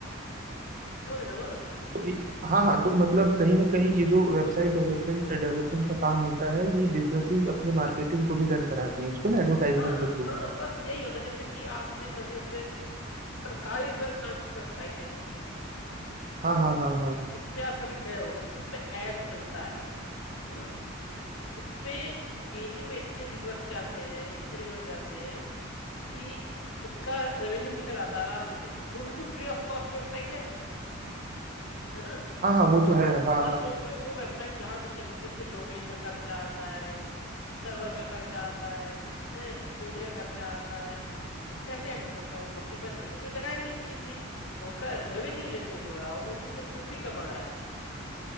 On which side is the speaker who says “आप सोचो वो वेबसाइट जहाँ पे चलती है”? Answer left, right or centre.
Left